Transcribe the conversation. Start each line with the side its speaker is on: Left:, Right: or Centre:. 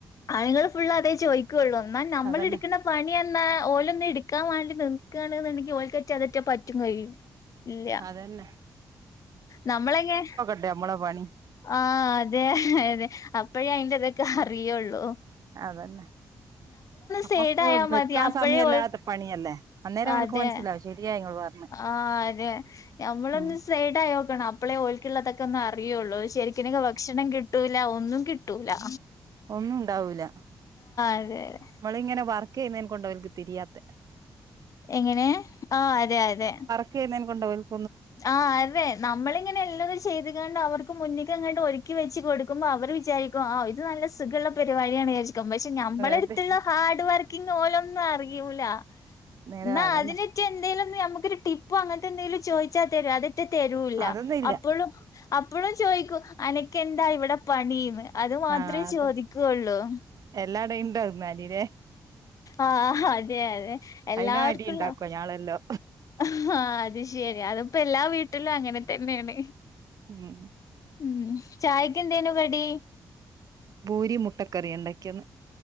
Left: ആണുങ്ങള് ഫുള്ള് അതേ ചോദിക്കോയുള്ളൂ എന്നാ നമ്മള്
Right: അതന്നെ
Left: എടുക്ക്ണ പണിയെന്നാ ഓലൊന്നും എടുക്കാൻ വേണ്ടി നിൽക്കാണെന്നുണ്ടെങ്കി <unintelligible> അതൊട്ട് പറ്റൂം കഴിയൂലാ ഇലൃ
Right: അതന്നെ
Left: നമ്മളെങ്ങെ
Right: നമ്മള പണി
Left: ആഹ് അതെ അതെ അപ്പഴേ അയിന്റെതൊക്കെ അറിയോള്ളൂ
Right: അതന്നെ നമുക്ക്
Left: സൈഡായാ
Right: വെക്കാൻ
Left: മതി അപ്പഴേ
Right: സമയില്ലാത്ത
Left: ഓൽ
Right: പണിയല്ലേ അന്നേരം അവനക്ക്
Left: അതെ
Right: മനസ്സിലാവ ശരിയാ ഇങ്ങളോട് പറഞ്ഞെ
Left: ആഹ് അതെ ഞമ്മളൊന്ന്
Right: ഉം
Left: സൈഡായി നോക്കണം അപ്പളേ ഓലിക്കുള്ളതൊക്കെ ഒന്ന് അറിയോള്ളൂ ശരിക്കൊക്കെ ഭക്ഷണം കിട്ടൂലാ ഒന്നും കിട്ടൂലാ
Right: ഒന്നും ഉണ്ടാവൂലാ നമ്മളിങ്ങനെ
Left: അതെ അതെ
Right: വർക്ക് ചെയ്യുന്നേന് കൊണ്ടാ അവരിക്ക് തിരിയാത്തേ
Left: എങ്ങനേ ആ അതെ അതെ
Right: <unintelligible> കൊണ്ട് <unintelligible>
Left: ആഹ് അതേ നമ്മളിങ്ങനെ എല്ലാതും <unintelligible> അവർക്ക് മുന്നിക്കിങ്ങാണ്ട് ഒരുക്കി വെച്ച് കൊടുക്കുമ്പോ അവര് വിചാരിക്ക ഓ ഇത് നല്ല സുഖോള്ള പരിപാടിയാണെന്ന് വി <unintelligible> നമ്മളെടുത്തുള്ള
Right: അതെ
Left: ഹാർഡ് വർക്കിങ്ങ് ഓനൊന്നും അറയൂലാ
Right: നേരാ
Left: എന്ന
Right: അതന്നെ
Left: അതിന് പറ്റേ എന്തേങ്കിലും നമുക്കൊരു ടിപ്പോ അങ്ങനത്തെ എന്തെങ്കിലും ചോദിച്ചാൽ തരമോ അത്. ട്ട് തരൂല്ല
Right: അതൊന്നും ഇല്ല
Left: അപ്പോഴും അപ്പോഴും ചോദിക്കൂ അനക്ക്ന്താ ഇവിടെ പണിന്ന്. അത് മാത്രേ
Right: ആഹ് അതന്നെ
Left: ചോദിക്കയുള്ളൂ.
Right: എല്ലാടയും ഉണ്ടായിന്ന അലില്ലേ.
Left: ആഹ് അതെ അതെ എല്ലാവർക്കുംണ്ട.
Right: അയിന് അടി ഇണ്ടാക്കുവ ഞാളെല്ലോ
Left: ആഹ് അത് ശെരി അതിപ്പോ എല്ലാ വീട്ടിലും അങ്ങനെ തന്നെയാണ്.
Right: ഉം
Left: ഉം ചായ്ക് എന്തേനു കടി.
Right: ഭൂരി മുട്ടക്കറി ഉണ്ടാക്കിയത്